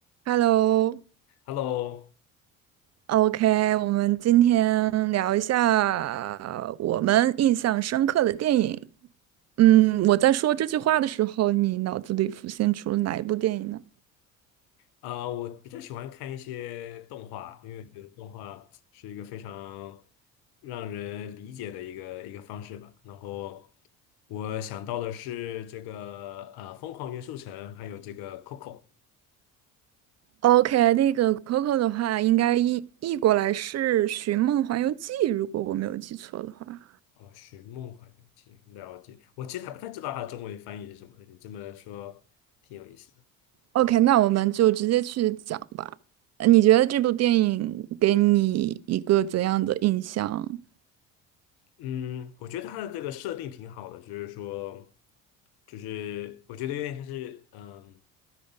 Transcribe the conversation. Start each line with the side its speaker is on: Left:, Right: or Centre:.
Right: Hello，OK，
Left: Hello，
Right: 我们今天聊一下我们印象深刻的电影。嗯，我在说这句话的时候，你脑子里浮现出了哪一部电影呢
Left: 啊、我比较喜欢看一些动画，因为我觉得动画是一个非常让人理解的一个一个方式吧。然后我想到的是这个呃《疯狂元素城》，还有这个《Coco》
Right: ？OK，那个 Coco 的话，应该译译过来是《寻梦环游记》，如果我没有记错的话。
Left: 哦，《寻梦环游记》。了解，我其实还不太知道它的中文翻译是什么，你这么说挺有意思的。
Right: OK，那我们就直接去讲吧。呃你觉得这部电影给你一个怎样的印象？
Left: 嗯，我觉得它的这个设定挺好的，就是说，就是我觉得有点像是，嗯，